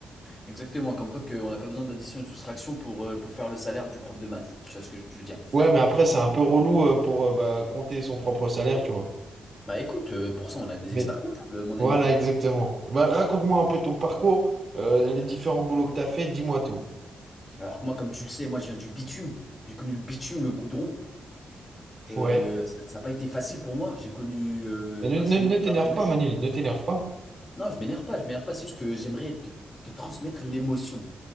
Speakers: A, on the left; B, on the right.
A: exactement. Comme quoi qu'on n'a pas besoin d'addition et de soustraction pour, euh, pour faire le salaire du prof de maths. Tu vois ce que je veux dire?
B: Ouais, mais après, c'est un peu relou euh, pour euh, bah, compter son propre salaire, tu vois.
A: Bah écoute, euh, pour ça, on a des
B: Mais
A: experts comptables, mon
B: voilà,
A: ami.
B: exactement. Bah, raconte-moi un peu ton parcours, euh, les différents boulots que t'as fait, dis-moi tout.
A: Alors que moi, comme tu le sais, moi, je viens du bitume. J'ai connu le bitume, le goudron. Euh,
B: Ouais.
A: ça n'a pas été facile pour moi. J'ai connu euh,
B: Et ne,
A: un
B: ne,
A: chemin
B: ne t'énerve
A: plein d'embûches.
B: pas, Manil, ne t'énerve pas.
A: Non, je m'énerve pas, je m'énerve pas. C'est juste que j'aimerais te, te transmettre l'émotion.